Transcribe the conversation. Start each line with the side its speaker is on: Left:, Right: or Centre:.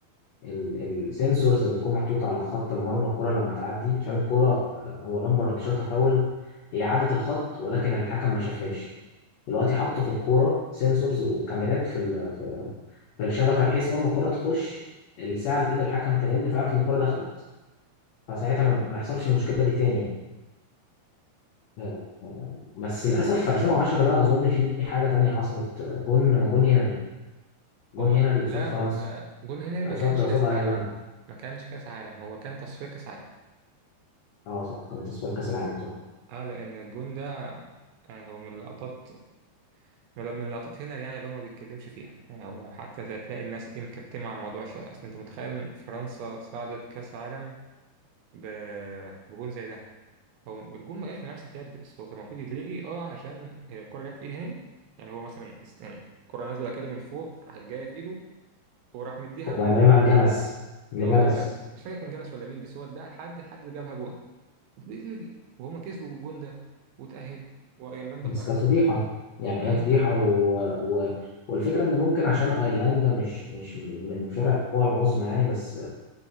Left: السنسورز اللي بتكون محطوطة على خط المرمى الكرة لما تعدي عشان الكرة آه، هو لامبرد شاطها فاول هي عدت الخط ولكن الحكم ما شافهاش دلوقتي حطوا في الكورة سنسورز وكاميرات في ال- في في الشبكة بحيث أول ما الكرة تخش الساعة اللي في إيد الحكم ترن فيعرف إن الكرة دخلت فساعتها ما ما يحصلش المشكلة دي تاني يعني آه، آه، بس للأسف في 2010 ده أظن في حاجة تانية حصلت آه، جون جون هنري جون
Right: هو
Left: هنري قصاد
Right: ده
Left: فرنسا
Right: ما- جون هنري ما
Left: قصاد
Right: كانش
Left: قصاد
Right: كاس
Left: أيرلندا
Right: عالم ما كانش كاس عالم هو كان تصفية كاس عالم
Left: اه صح كانت في كأس العالم صح
Right: اه لان الجون ده يعني هو من اللقطات من من اللقطات هنا يعني اللي هو ما بيتكلمش فيها يعني هو حتى هتلاقي الناس ايه مكتمة على الموضوع شوية اصل انت متخيل ان فرنسا صعدت كاس عالم ب... بجون زي ده هو الجون ما جاش من لمسة يد بس هو كان المفروض يتلغي اه عشان هي الكرة جت في ايد هنري يعني هو مثلا است- يعني الكرة نازلة كده من فوق راحت جاية في ايده وراح مديها ل...
Left: ولعبها الجلس لجلس
Right: اه جلس مش فاكر كان جلس ولا مين بس هو اداها لحد الحد اللي جابها جون المفروض يتلغي وهما كسبوا بالجون ده وتأهلوا وايرلندا
Left: بس
Right: خرجت
Left: كانت فضيحة يعني
Right: ما
Left: هي
Right: يعني
Left: فضيحة و... و... والفكرة إن ممكن عشان أيرلندا مش مش من فرق القوى العظمى يعني بس